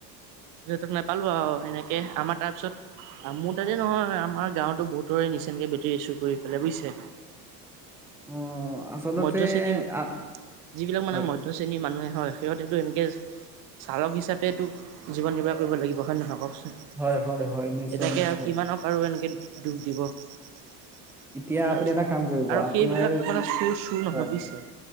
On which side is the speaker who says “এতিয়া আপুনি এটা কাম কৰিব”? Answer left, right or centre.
Centre